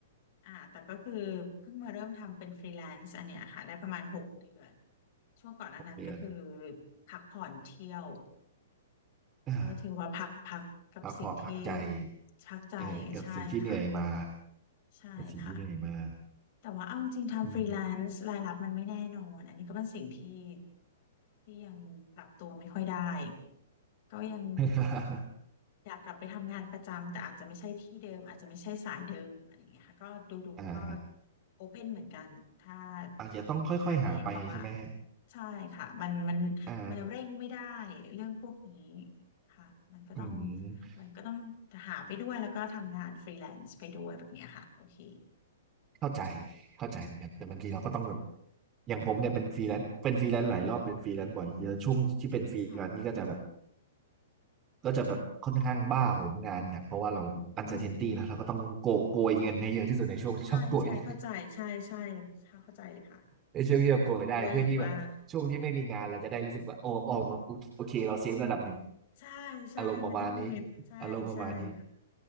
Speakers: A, on the left; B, on the right.
A: อ่าแต่ก็คือเพิ่งมาเริ่มทำเป็นฟรีแลนซ์อันเนี้ยค่ะได้ประมาณหกเดือนช่วงก่อนอันนั้นก็คือ
B: หกเดือน
A: พักผ่อนเที่ยว
B: อ่า
A: ก็ถือว่าพักพักกับสิ่งที่
B: พักพอพักใจ
A: ชักใจใช่ค่ะ
B: เออกับสิ่งที่เหนื่อยมา
A: ใช่ค่ะ
B: กับสิ่งที่เหนื่อยมา
A: แต่ว่าเอาจริงๆทำฟรีแลนซ์รายรับมันไม่แน่นอนอันนี้ก็เป็นสิ่งที่
B: อืม
A: ที่ยังปรับตัวไม่ค่อยได้ก็ยัง
B: <laughs>
A: อยากกลับไปทำงานประจำแต่อาจจะไม่ใช่ที่เดิมอาจจะไม่ใช่สายเดิมอะไรอย่างเงี้ยค่ะก็ดูดูก็
B: อ่าฮะ
A: โอเพนเหมือนกันถ้า
B: อาจจะต้องค่อยๆหาไปใช่ไหมฮะ
A: มีอะไรเข้ามาใช่ค่ะมันมัน
B: อ่า
A: มันเร่งไม่ได้เรื่องพวกนี้ค่ะมันก็ต้อง
B: อืม
A: มันก็ต้องหาไปด้วยแล้วก็ทำงานฟรีแลนซ์ไปด้วยแบบเนี้ยค่ะโอเค
B: เข้าใจเข้าใจเหมือนกันแต่บางทีเราก็ต้องแบบ อย่างผมเนี่ยเป็นฟรีแลนซ์เป็นฟรีแลนซ์หลายรอบเป็นฟรีแลนซ์บ่อยเยอะช่วงที่เป็นฟรีแลนซ์นี่ก็จะแบบ
A: ค่ะ
B: ก็จะแบบค่อนข้างบ้าโหมงานเนี่ยเพราะว่าเราอันเซอร์เทนตี้นะเราก็ต้องโกยโกยเงินให้เยอะที่สุดในช่วงที่เราโกยได้
A: อืม ใช่ใช่เข้าใจใช่ใช่เข้าใจเลยค่ะ
B: ได้ช่วยพี่แบบโกยได้เพื่อที่แบบช่วงที่ไม่มีงานเราจะได้รู้สึกว่าโอ้โอ้
A: เห็นด้วยอย่างมาก
B: โอเคเราเซฟระดับหนึ่ง
A: ใช่ใช่ไม่ต้องมีใช่ใช่ค่ะ
B: อารมณ์ประมาณนี้อารมณ์ประมาณนี้